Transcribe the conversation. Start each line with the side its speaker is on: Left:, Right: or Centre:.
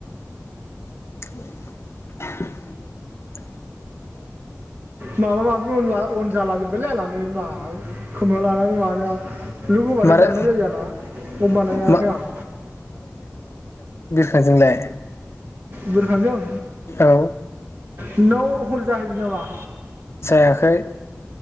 Left: <inaudible>
Right: माबा माबिन अन जाला जोब्बायलाय लानानै मा खोमा लानानै मानाया। लग होबाथाय
Left: मारा
Right: दाननाय जायो आंना लग बानायाखै
Left: मा
Right: आं।
Left: थाजोंलाय
Right: बोरखांजों
Left: औ
Right: नोंनाव खल जाहैदों नामा?
Left: जायाखै।